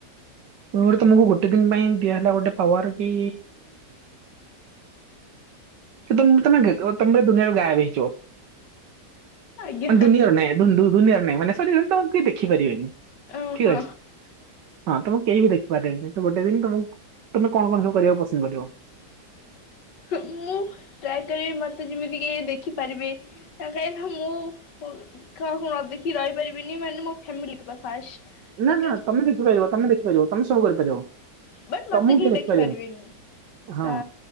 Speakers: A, on the right (about 85°); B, on the left (about 85°).
A: ପୂର୍ବରୁ ତମକୁ ଗୋଟେ ଦିନି ପାଇଁ ଦିଆହେଲା ଗୋଟେ ପାୱାର କି ତମେ ତ ତମେ ଦୁନିଆରୁ ଗାୟବ ହଇଯିବ। ମାନେ
B: ଆଜ୍ଞା
A: ଦୁନିଆର ନାହିଁ ଦୁନିଆରେ ନାହିଁ ମାନେ ସରି ତମକୁ ଦେ ଦେଖିପାରିବେନି।
B: ଓହୋ।
A: ଠିକ୍ ଅଛି। ହଁ ତମକୁ କେହି ବି ଦେଖିପାରିବେନି <unintelligible> ଗୋଟେ ଦିନ୍ ତମକୁ ତମେ କଣ କଣ ସବୁ କରିବାକୁ ପସନ୍ଦ କରିବ?
B: ମୁଁ ଟ୍ରାଏ କରିବି ମତେ ଯେମିତି କେହି ଦେଖିପାରିବେ କାହିଁକି ନା ମୁଁ କାହାକୁ ନ ଦେଖି ରହି ପାରିବିିନି ମାନେ ମୋ ଫ୍ୟାମିଲି <unintelligible> ସେକେଣ୍ଡ
A: ନା ନା ତମେ ଦେଖିପାରିବ ତମେ ଦେଖିପାରିବ ତମେ ସବୁ କରିପାରିବ।
B: ବଟ୍
A: ତମକୁ
B: ମତେ କେହି
A: କିଏ
B: ଦେଖିପାରିବେନି।
A: ଦେଖିପାରିବନି ହଁ।
B: ନା